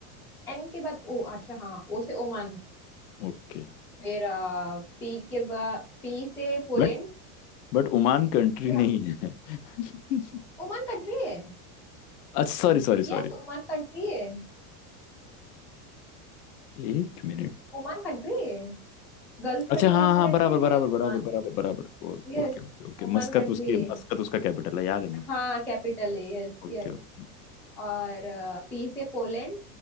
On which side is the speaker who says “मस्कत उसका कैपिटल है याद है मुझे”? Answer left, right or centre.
Left